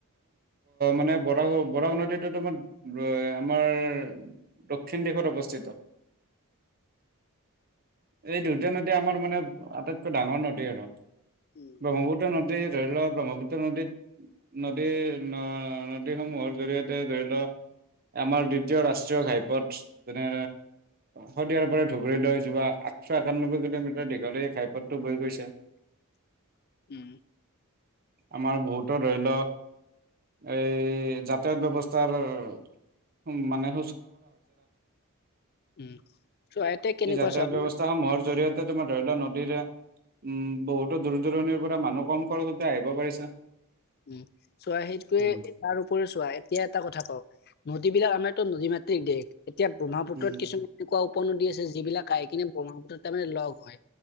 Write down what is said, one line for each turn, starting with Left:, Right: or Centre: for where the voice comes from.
Right: মানে বৰা-বৰাক নদীটো তোম- আমাৰ দক্ষিণ দিশত অৱস্থিত। এই দুউটায়া নদী আমাৰ মানে আটাইতকৈ ডাঙৰ নদী আৰু
Left: উম
Right: ব্ৰহ্মপুত্ৰ নদীৰ ধৰি লওৱক ব্ৰহ্মপুত্ৰ নদীত নদী ন নদীসমূহৰ, জৰিয়তে ধৰি লও। আমাৰ দ্বিতীয় ৰাষ্ট্ৰীয় ঘাইপথ, যেনে শদিয়াৰ পৰা ধুবুৰীলৈ যোৱা আঠশ একানম্বৈ কিলোমিটাৰ দীঘল এই ঘাইপথটো, হৈ গৈছে।
Left: উ উম
Right: আমাৰ বহুতো ধৰি লও। এই যাতায়াত ব্যৱস্থাৰ মানে
Left: উম চোৱা এতিয়া কেনেকুৱা
Right: যাতায়ত
Left: চোৱা
Right: ব্যৱস্থাসমূহৰ জৰিয়তে ত তোমাৰ ধৰি লোৱা নদীৰে, উম, বহুতো দূৰ-দূৰণিৰ পৰা মানুহ কম খৰচতে আহিব পাৰিছে।
Left: উম, চোৱা সেইটয়ে
Right: উম
Left: তাৰ ওপৰে চোৱা এতিয়া এটা কথা কওঁ। নদীবলাক আমাৰ নদী মাতৃক দেশ এতিয়া ব্ৰহ্মপু্ৰত
Right: উম
Left: কিছুমান এনেকুৱা উপনদী আছে যিবিলাক কাই কিনে ব্ৰহ্মপুত্ৰত, তাৰমানানে লগ হয়।